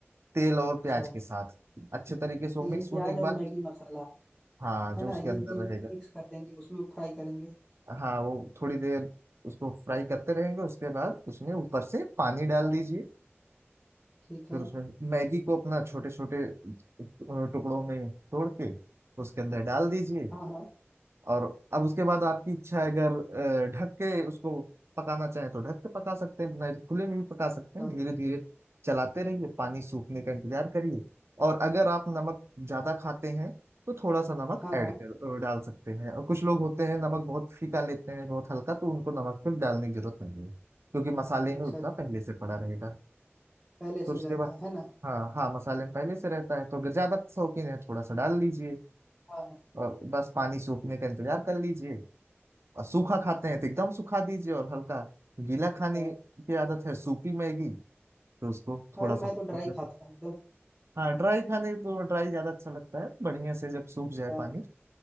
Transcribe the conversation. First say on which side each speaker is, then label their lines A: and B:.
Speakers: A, on the right (about 70°); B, in the centre.
A: तेल और प्याज
B: अच्छा
A: के साथ अच्छे तरीके से
B: तेल
A: वो मिक्स
B: प्याज
A: होने के
B: और
A: बाद
B: मैगी मसाला
A: हाँ जो
B: है ना
A: उसके अंदर
B: इन तीन
A: रहेगा
B: मिक्स कर देंगे उसमें फ्राई करेंगे
A: हाँ वो थोड़ी देर उसको फ्राई करते रहेंगे उसके बाद उसमें ऊपर से पानी डाल
B: हाँ
A: दीजिए
B: ठीक
A: फिर
B: है
A: उसमें मैगी को अपना छोटे छोटे टुकड़ों में तोड़ के उसके अंदर डाल दीजिए
B: हाँ हाँ
A: और अब उसके बाद आपकी इच्छा है अगर अ, ढक के उसको पकाना चाहें तो ढक के पका सकते हैं नहीं तो खुले में भी पका सकते हैं
B: अच्छा,
A: धीरे धीरे चलाते रहिए पानी सूखने का इंतजार करिए और अगर आप नमक ज्यादा खाते हैं तो थोड़ा सा नमक
B: हाँ
A: ऐड
B: हाँ
A: कर अ, डाल सकते हैं और कुछ लोग होते हैं नमक बहुत फीका लेते हैं बहुत हल्का तो उनको नमक फिर डालने की जरूरत नहीं है क्योंकि मसाले
B: अच्छा
A: में उतना
B: अच्छा
A: पहले से पड़ा रहेगा
B: पहले से
A: फिर उसके
B: ही रहता
A: बाद
B: है है ना
A: हाँ हाँ मसाले में पहले से रहता है तो अगर ज्यादा शौकीन है थोड़ा सा डाल लीजिए
B: हाँ हाँ,
A: और बस पानी सूखने का इंतजार कर लीजिए और सूखा खाते हैं तो एकदम सुखा दीजिए और हल्का गीला
B: अच्छा
A: खाने की आदत है सूखी मैगी तो उसको थोड़ा
B: अरे
A: सा
B: मैं तो ड्राई
A: उसमें पानी-
B: खाता हूँ एकदम
A: हाँ ड्राई खाने तो ड्राई ज्यादा अच्छा लगता है बढ़िया से जब सूख जाए
B: हाँ,
A: पानी